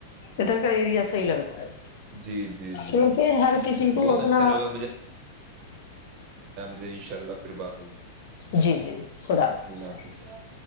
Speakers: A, on the left; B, on the right.
A: ادھر کا ایریا صحیح لگتا ہے
B: جی جی جی
A: کیونکہ
B: جی
A: ہر کسی کو
B: بہت
A: اپنا
B: اچھا لگا جی ان ششء اللہ پھر بات ہوگی
A: جی جی خد حافظ
B: اللہ حافظ